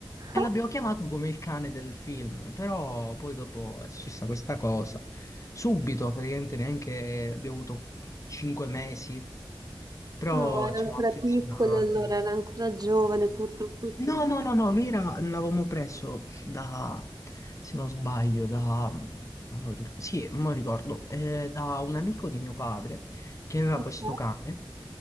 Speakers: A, on the left; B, on the right.
A: E
B: Ah,
A: l'abbiamo chiamato come il cane del film. Però poi dopo è successa questa cosa. Subito, praticamente neanche abbiamo avuto cinque mesi. Però
B: No, era
A: ci
B: ancora
A: siamo affezionati.
B: piccola, allora era ancora giovane, purtroppo sì.
A: No, no, no, no, lui era, l'avevamo preso da, se non sbaglio, da, mm, non lo ric- sì, non ricordo, eh, da un amico di mio padre che aveva
B: Ok,
A: questo cane,